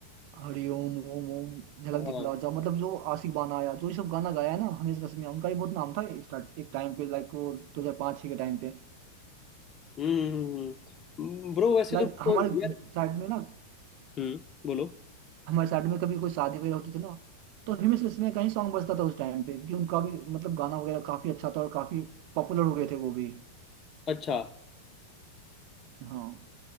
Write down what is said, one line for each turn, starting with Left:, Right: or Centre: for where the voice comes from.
Right: हरि ओम ओम ओम झलक
Left: हाँ
Right: दिखला जा मतलब जो आशिक बाना आया जो ये सब गाना गाया है ना हिमेश रेशमिया उनका भी बहुत नाम था स्टार्ट एक टाइम पे लाइक वो 2005 6 के टाइम पे
Left: हम्म ब्रो वैसे
Right: लाइक
Left: तो मेरे
Right: हमारे
Left: को यार
Right: साइड में ना
Left: हम्म बोलो
Right: हमारे साइड में कभी कोई शादी वगैरह होती थी ना तो हिमेश रेशमिया का ही सॉन्ग बजता था उस टाइम पे क्योंकि उनका भी मतलब गाना वगैरह काफी अच्छा था और काफी पॉपुलर हो गए थे वो भी
Left: अच्छा
Right: हाँ